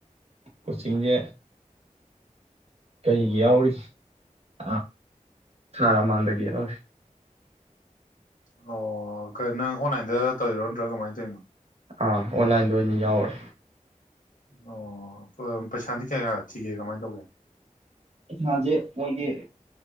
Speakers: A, on the right (about 50°); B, on the left (about 75°).
A: ꯀꯣꯆꯤꯡꯁꯦ꯫ ꯀꯔꯤꯒꯤ ꯌꯥꯎꯔꯤ ꯑ ꯊꯥ ꯃꯥꯟꯗꯒꯤ ꯌꯥꯎꯔꯤ꯫
B: ꯑꯣ ꯀꯩ ꯅꯪ ꯑꯣꯟꯂꯥꯏꯟꯗ ꯇꯧꯔꯤꯔꯣ ꯅꯠꯇ꯭ꯔꯥ ꯀꯃꯥꯏꯅ ꯇꯧꯔꯤꯅꯣ꯫
A: ꯑꯥ ꯑꯣꯟꯂꯥꯏꯟꯗ ꯑꯣꯏꯅ ꯌꯥꯎꯔꯦ꯫
B: ꯑꯣ ꯄꯩꯁꯥꯗꯤ ꯀꯌꯥ ꯀꯌꯥ ꯊꯤꯒꯦ ꯀꯃꯥꯏꯅ ꯇꯧꯒꯦ꯫
A: ꯄꯩꯁꯥꯁꯦ ꯃꯈꯣꯏꯒꯤ